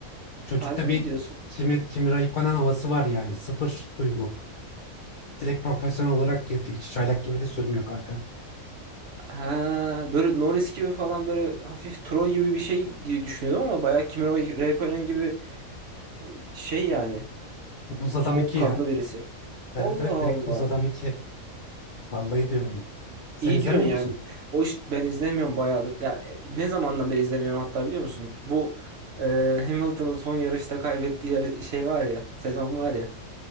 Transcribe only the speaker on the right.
Harbi mi
diyorsun?
Ha, böyle Norris gibi falan böyle hafif troll gibi bir şey diye düşünüyordum ama bayağı Kimi Ray- Räikkönen gibi e, şey yani
soğukkanlı
birisi.
Allah
Allah.
İyi
diyorsun yani.
O iş ben izlemiyorum bayağıdır. Ya e, ne zamandan beri izlemiyorum hatta biliyor musun? Bu e, Hamilton'ın son yarışta kaybettiği yar- şey var ya, sezon var ya.